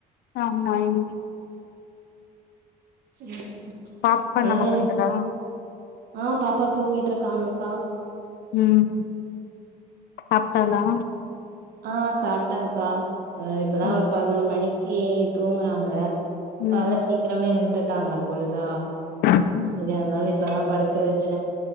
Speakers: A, on the left (about 75°); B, on the right (about 70°).
A: ஆமா ங்
B: <unintelligible>
A: பாப்பா என்னமா
B: ஏன்னா
A: பண்றா
B: ஆ பாப்பா தூங்கிட்ருக்காங்க அக்கா
A: ம் சாப்ட்டாலா
B: ஆ சாப்ட்டங்க்கா ஆ இப்பதா
A: ம்
B: ஒரு பதினோர் மணிக்கீ தூங்குனாங்க
A: ம்
B: கால்ல சீக்கிரமே எழுந்துட் டாங்க பொழுதா
A: ம்
B: சேரி அத்னால இப்பதா படுக்க வெச்சே